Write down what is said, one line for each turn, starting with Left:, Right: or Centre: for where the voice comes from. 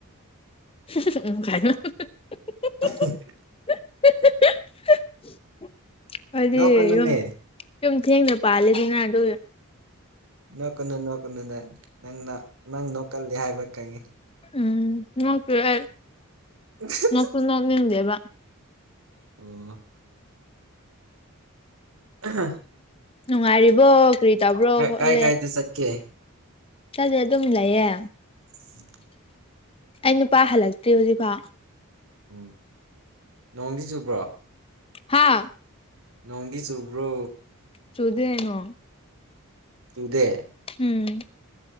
Left: <unintelligible>
Right: ꯑ <unintelligible>
Left: <unintelligible>
Right: ꯅꯣꯛꯀꯅꯨꯅꯦ
Left: ꯌꯨꯝ ꯌꯨꯝ ꯊꯦꯟꯅ ꯄꯥꯂꯦꯗꯅ ꯑꯗꯨꯒꯤ
Right: ꯅꯣꯛꯀꯅꯨ ꯅꯣꯛꯀꯅꯨ ꯅꯪ ꯅꯪꯅ ꯅꯪ ꯅꯣꯛꯀꯂ ꯍꯥꯏꯕ ꯈꯪꯉꯤ
Left: ꯎꯝ ꯅꯣꯛꯇꯦ ꯑꯩ
Right: <unintelligible>
Left: ꯄꯨꯅ ꯅꯤꯡꯗꯦꯕ
Right: ꯑꯣ ꯑꯍꯥ
Left: ꯅꯨꯡꯉꯥꯏꯔꯤꯕꯣ ꯀꯔꯤ ꯇꯧꯕ꯭ꯔꯣ ꯈꯣꯠꯂꯦ
Right: ꯀꯥꯏ ꯀꯥꯏꯗ ꯆꯠꯀꯦ
Left: ꯈꯪꯗꯦ ꯑꯗꯨꯝ ꯂꯩꯌꯦ
Right: <unintelligible>
Left: ꯑꯩ ꯅꯨꯄꯥ ꯍꯜꯂꯛꯇꯦ ꯍꯧꯖꯤꯛꯐꯥꯎ
Right: ꯎꯝ ꯅꯣꯡꯗꯤ ꯆꯨꯕ꯭ꯔꯣ
Left: ꯍꯥꯥ
Right: ꯅꯣꯡꯗꯤ ꯆꯨꯕ꯭ꯔꯣ
Left: ꯆꯨꯗꯗꯩꯅꯣ
Right: ꯇꯨꯗꯦ
Left: ꯎꯝ